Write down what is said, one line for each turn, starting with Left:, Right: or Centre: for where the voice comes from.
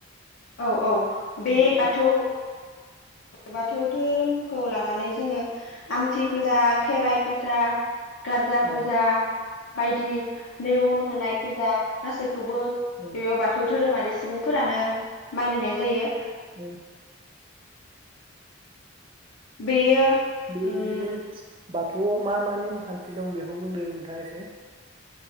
Left: औ औ बे
Right: जेरै
Left: बाथौ बाथौ धोरोमखौ लानानै जोङो आमथि फुजा खेराइ फुजा गारजा
Right: औ
Left: फुजा बायदि नेवन होनाय फुजा गासै खौबो
Right: औ
Left: बेयाव बाथौ धोरोमारि सुबुंफोरानो मानिनाय जायो
Right: औ
Left: बेयो
Right: <unintelligible> बेनो
Left: उम
Right: बाथौ बाथौयाव मा मा नेमखान्थि दं बेखौ बुंदो नोंथाङा एसे।